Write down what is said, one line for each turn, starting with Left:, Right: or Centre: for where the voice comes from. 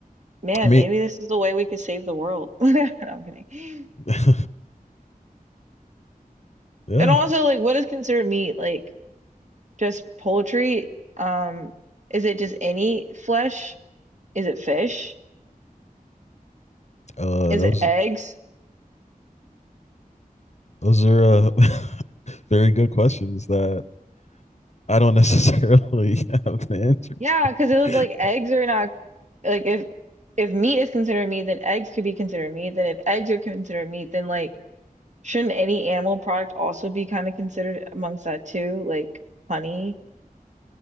Right: man,
Left: I mean,
Right: maybe this is the way we could save the world. <laughs> No, I'm kidding.
Left: <laughs> yeah.
Right: And also, like, what is considered meat? Like, just poultry? Um, is it just any flesh? Is it fish?
Left: Uh
Right: Is
Left: those
Right: it eggs?
Left: those are uh <laughs> very good questions that I don't necessarily <laughs> have the answer
Right: Yeah, because
Left: to.
Right: it was like eggs are not Like if if meat is considered meat, then eggs could be considered meat. Then if eggs are considered meat, then like shouldn't any animal product also be kind of considered amongst that too? Like honey,